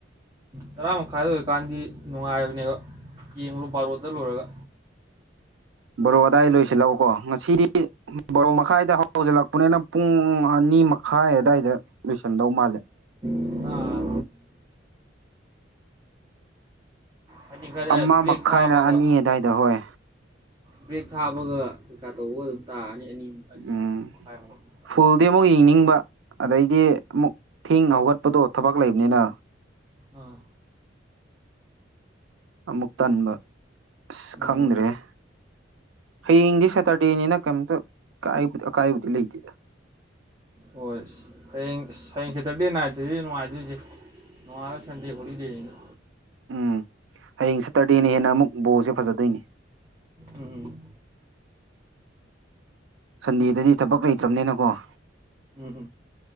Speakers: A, on the right; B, on the right.
A: ꯇꯔꯥ ꯃꯈꯥꯏꯗ ꯑꯣꯏꯀꯥꯟꯗꯤ ꯅꯨꯡꯉꯥꯏꯕꯅꯦꯕ ꯌꯦꯡꯉꯨꯔꯣ ꯕꯥꯔꯣꯗ ꯂꯣꯏꯔꯒ
B: ꯕꯥꯔꯣ ꯑꯥꯗꯥꯏ ꯂꯣꯏꯁꯤꯜꯂꯑꯣꯀꯣ ꯉꯁꯤꯗꯤ ꯕꯥꯔꯣ ꯃꯈꯥꯏꯗ ꯍꯧꯖꯤꯜꯂꯛꯄꯅꯤꯅ ꯄꯨꯡ ꯑꯅꯤ ꯑꯅꯤ ꯃꯈꯥꯏ ꯑꯗꯥꯏꯗ ꯂꯣꯏꯁꯟꯗꯧ ꯃꯥꯜꯂꯦ
A: ꯑꯥ ꯍꯥꯏꯗꯤ ꯈꯔ
B: ꯑꯃ
A: ꯕ꯭ꯔꯦꯛ
B: ꯃꯈꯥꯏꯅ
A: ꯊꯥꯕꯒ
B: ꯑꯅꯤ ꯑꯗꯥꯏꯗ ꯍꯣꯏ
A: ꯕ꯭ꯔꯦꯛ ꯊꯥꯕꯒ ꯀꯩꯀꯥ ꯇꯧꯕꯒ ꯑꯗꯨꯝ ꯇꯥꯔꯅꯤ ꯑꯅꯤ- ꯑꯅꯤ
B: ꯎꯝ
A: ꯃꯈꯥꯏꯃꯨꯛ ꯑꯗꯨꯝ ꯇꯥꯅꯤ
B: ꯐꯨꯜꯗꯤ ꯑꯃꯨꯛ ꯌꯦꯡꯅꯤꯡꯕ ꯑꯗꯩꯗꯤ ꯑꯃꯨꯛ ꯊꯦꯡꯅ
A: ꯍꯣꯏ
B: ꯍꯧꯒꯠꯄꯗꯣ ꯊꯕꯛ ꯂꯩꯕꯅꯤꯅ
A: ꯑꯥ
B: ꯑꯃꯨꯛ ꯇꯟꯕ ꯑꯁ
A: ꯎꯝ
B: ꯈꯪꯗ꯭ꯔꯦꯍꯦ ꯍꯌꯦꯡꯗꯤ ꯁꯦꯇ꯭ꯔꯗꯦꯅꯤꯅ ꯀꯩꯝꯇ ꯀꯥꯏꯕ-ꯑꯀꯥꯏꯕꯗꯤ ꯂꯩꯇꯦꯗ
A: ꯍꯣꯏ ꯏꯤꯁ ꯍꯌꯦꯡ-ꯍꯌꯦꯡ ꯁꯦꯇꯔꯗꯦ ꯅꯥꯏꯠꯁꯤꯗꯤ ꯅꯨꯡꯉꯥꯏꯗꯨꯏꯖꯤ ꯅꯣꯡꯉꯥꯜꯂꯥ ꯁꯟꯗꯦ ꯍꯣꯂꯤꯗꯦꯅꯤꯅ
B: ꯎꯝ ꯍꯥꯌꯦꯡ ꯁꯦꯇꯔꯗꯦꯅ ꯍꯦꯟꯅ ꯑꯃꯨꯛ ꯕꯣꯜꯖꯦ ꯐꯥꯖꯗꯣꯏꯅꯤ
A: ꯎꯝ
B: ꯁꯟꯗꯦꯗꯗꯤ ꯊꯕꯛ ꯂꯩꯇ꯭ꯔꯝꯅꯦꯅꯀꯣ
A: ꯎꯝ